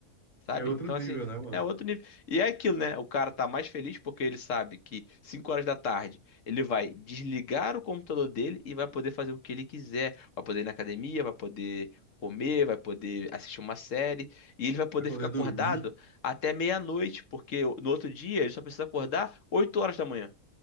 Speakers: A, on the left; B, on the left.
A: Sabe?
B: É outro
A: Então,
B: nível,
A: assim,
B: né, mano?
A: é outro nível. E é aquilo, né? O cara tá mais feliz porque ele sabe que 5 horas da tarde ele vai desligar o computador dele e vai poder fazer o que ele quiser. Vai poder ir na academia, vai poder comer, vai poder assistir uma série. E ele vai poder
B: Vai poder
A: ficar acordado
B: dormir,
A: até meia-noite, porque no outro dia ele só precisa acordar 8 horas da manhã.